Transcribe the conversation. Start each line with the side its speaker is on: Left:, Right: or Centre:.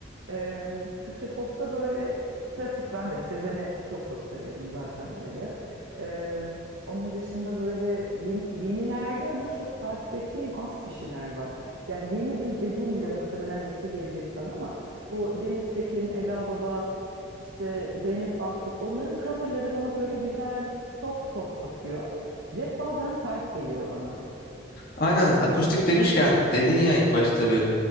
Right: Ee, Türkçe popta böyle klasik ben de Sezen'i çok çok severim zaten öyle. Ee, onun dışında böyle yeni- yenilerde ama çok takip ettiğim az kişiler var. Yani yeni de- dediğim bile muhtemelen eski gelecek sana ama bu Deniz Tekin, Eda Baba, işte Zeynep Bastık onların coverları bana böyle güzel soft soft akıyor. Rap bazen sert geliyor bana.
Left: Aynen akustik demişken dedin ya ilk başta bir